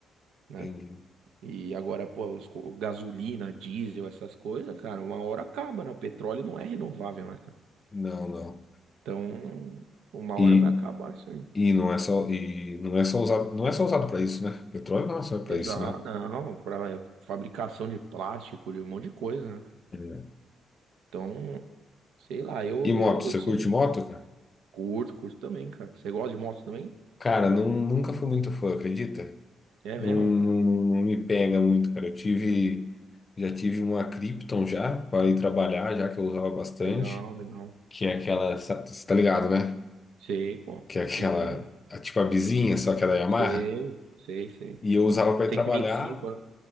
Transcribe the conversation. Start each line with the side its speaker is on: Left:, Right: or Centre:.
Right: né?
Left: Entendi.
Right: E agora, pô, os co- gasolina, diesel, essas coisas, cara, uma hora acaba, né? O petróleo não é renovável, né, cara?
Left: Não, não.
Right: Então, uma
Left: E,
Right: hora vai acabar isso aí.
Left: e não é só, e não é só usado, não é só usado para isso, né? Petróleo não é só para
Right: Exato,
Left: isso, né?
Right: não, para fabricação de plástico, de um monte de coisa, né?
Left: É.
Right: Então, sei lá, eu,
Left: E moto,
Right: eu, eu
Left: você
Right: sou
Left: curte moto, cara?
Right: Curto, curto também, cara. Você gosta de moto também?
Left: Cara, não, nunca fui muito fã, acredita?
Right: É
Left: Não,
Right: mesmo,
Left: não,
Right: cara.
Left: não me pega muito, cara. Eu tive, já tive uma Krypton já para ir trabalhar, já que eu usava bastante,
Right: Legal, legal.
Left: que é aquela, sa- você tá ligado, né?
Right: Sei, pô.
Left: que é aquela,
Right: Cripto, é.
Left: a- tipo a bizinha, só que é da Yamaha.
Right: sei, sei, sei.
Left: E eu usava para
Right: 125,
Left: ir trabalhar,
Right: né?